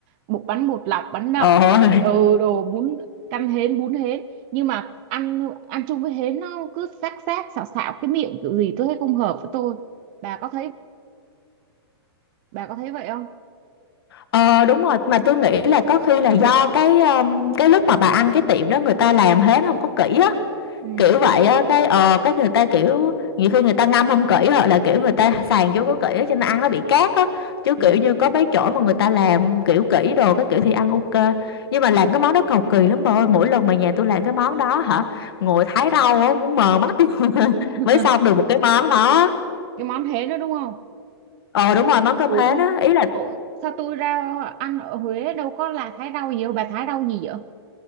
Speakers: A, on the right; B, on the left.
A: Bột bánh bột lọc, bánh nậm
B: Ồ,
A: rồi
B: <laughs>
A: ừ đồ bún canh hến, bún hến. Nhưng mà ăn ăn chung với hến nó cứ xác xác xạo xạo cái miệng kiểu gì tôi thấy không hợp với tôi. Bà có thấy bà có thấy vậy không?
B: ờ đúng rồi mà tôi nghĩ là có khi là do cái um, cái lúc mà bà ăn cái tiệm đó người ta làm hến không có kỹ á
A: Ừ,
B: kiểu vậy á cái ờ cái người ta kiểu nhiều khi người ta ngâm không kỹ hoặc là kiểu người ta sàn chưa có kỹ á, cho nên ăn nó bị cát á chứ kiểu
A: ừ.
B: như có mấy chỗ mà người ta làm kiểu kỹ đồ cái kiểu thì ăn ok nhưng mà làm cái món đó cầu kỳ lắm bà ơi mỗi lần mà nhà tôi làm cái món đó hả ngồi thái rau á muốn mờ mắt <laughs>
A: <laughs>
B: mới xong được một cái món đó
A: Cái món hến đó đúng không?
B: ờ đúng rồi món cơm
A: Ủa,
B: hến á ý là
A: Ủa sao tôi ra ăn ở Huế đâu có là thái rau gì đâu bà thái rau gì vậy